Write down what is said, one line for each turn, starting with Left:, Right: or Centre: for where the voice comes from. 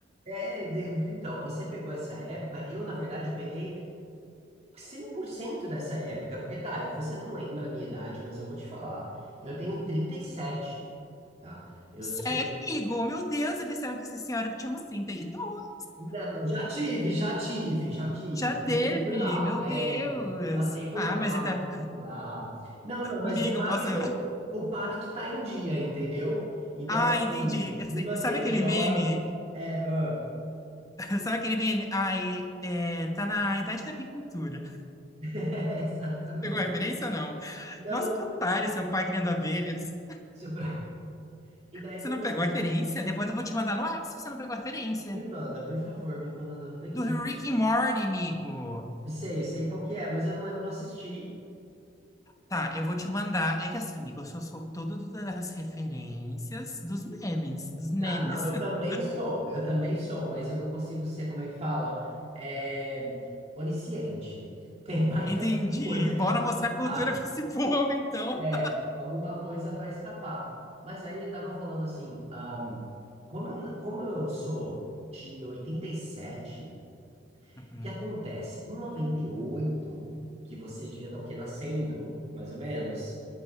Right: É, de- então, você pegou essa época, eu, na verdade, peguei 100% dessa época, porque tá, você não lembra a minha idade, mas eu vou te falar. Eu tenho trinta e sete tá?
Left: <laughs>
Right: Eu
Left: Sério,
Right: sou.
Left: amigo? Meu Deus, eu pensava que essa senhora tinha uns trinta e dois
Right: Não, já tive, já tive, já tive.
Left: Já
Right: Passei
Left: teve,
Right: por lá,
Left: meu
Right: é.
Left: Deus.
Right: Passei por
Left: Ah,
Right: lá,
Left: mas até.
Right: passei por lá. Não, não, mas
Left: Amigo,
Right: o pacto,
Left: eu posso. <laughs>
Right: o pacto tá em dia, entendeu? Então,
Left: Ah, entendi.
Right: assim,
Left: Esse-
Right: me mantenho
Left: Sabe aquele
Right: jovem.
Left: meme?
Right: É, ah,
Left: <laughs> Sabe aquele meme? Ai, é, tá na idade da apicultura.
Right: <laughs> exatamente.
Left: <laughs> Pegou a referência ou não?
Right: Não,
Left: Nossa,
Right: nunca.
Left: que otário, seu pai criando abelhas.
Right: Seu Brian. E daí
Left: Você
Right: o que
Left: não
Right: acontece?
Left: pegou a referência? Depois eu vou te mandar no WhatsApp se você não pegou a referência.
Right: Me manda, por favor, me manda, não peguei.
Left: Do Rick and Morty, amigo.
Right: Sei, sei qual que é, mas eu não lembro, não assisti.
Left: Tá, eu vou te mandar. É que assim, amigo, eu só sou todo do- das referências dos memes, dos memes.
Right: Ah, não, eu
Left: <laughs>
Right: também sou, eu também sou, mas eu não consigo ser, como é que fala? É, onisciente. <laughs> Tem, vai
Left: Entendi.
Right: ter alguma coisa que
Left: Bora
Right: vai
Left: mostrar
Right: escapar.
Left: cultura pra esse <laughs> povo, então.
Right: É, alguma coisa vai escapar. Mas aí eu tava falando assim, ahm, como eu, como eu sou de 87, o
Left: Uhum.
Right: que acontece? Em 98 que você devia estar o quê? Nascendo, mais ou menos.